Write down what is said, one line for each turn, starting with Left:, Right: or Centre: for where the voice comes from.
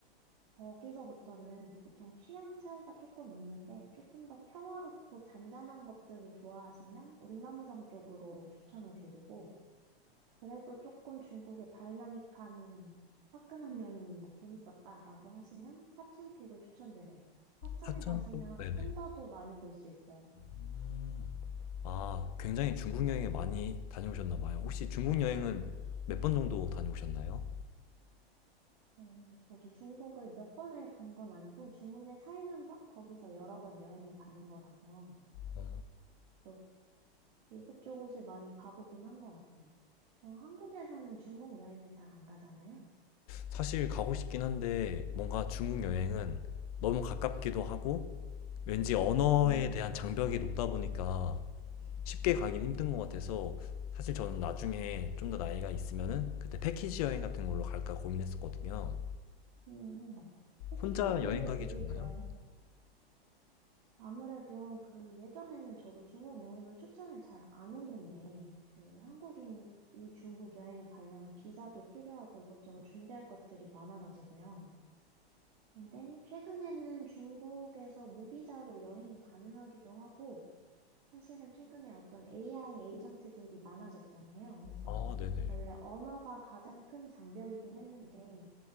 Right: 거기서부터는 보통 취향 차이가 조금 있는데 조금 더 평화롭고 잔잔한 것들을 좋아하시면 운남성 쪽으로 추천을 드리고 그래도 조금 중국의 다이나믹한 화끈한 면이 재밌었다라고 하시면 사천 쪽을 추천드려요. 사천에
Left: 사천
Right: 가시면
Left: 쪽? 네네.
Right: 팬더도 많이 볼 수 있어요.
Left: 음. 아 굉장히 중국 여행에 많이 다녀오셨나 봐요. 혹시 중국 여행은 몇 번 정도 다녀오셨나요?
Right: 음, 저도 중국을 몇 번을 간 건 아니고 중국에 살면서 거기서 여러 번 여행을 다닌 거라서
Left: 어.
Right: 또 이곳저곳을 많이 가보긴 한 것 같아요. 저 한국에서는 중국 여행을 잘 안 가잖아요.
Left: 사실 가고 싶긴 한데 뭔가 중국 여행은
Right: 음.
Left: 너무 가깝기도 하고 왠지 언어에
Right: 음,
Left: 대한 장벽이 높다 보니까 쉽게 가긴 힘든 것 같아서 사실 저는 나중에 좀 더 나이가 있으면은 그때 패키지 여행 같은 걸로 갈까 고민했었거든요.
Right: 음, 패키지도
Left: 혼자 여행 가기
Right: 되게
Left: 좋나요?
Right: 좋아요. 아무래도 그 예전에는 저도 중국 여행을 추천을 잘 안 했는데, 그 한국인이 중국 여행을 가려면 비자도 필요하고 이것저것 준비할 것들이 많아가지고요. 근데 최근에는 중국에서 무비자로 여행이 가능하기도 하고, 사실은 최근에 어떤 AI 에이전트들이 많아졌잖아요. 그래서
Left: 아, 네네.
Right: 원래 언어가 가장 큰 장벽이긴 했는데,